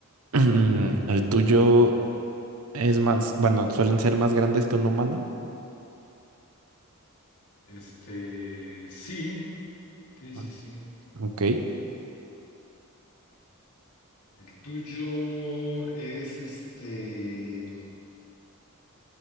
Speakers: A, on the right; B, on the left.
A: <clears throat> El tuyo es más, bueno, suelen ser más grandes que un humano,
B: Este, sí, sí, sí,
A: Ah,
B: sí.
A: ¿ok?
B: El tuyo es este,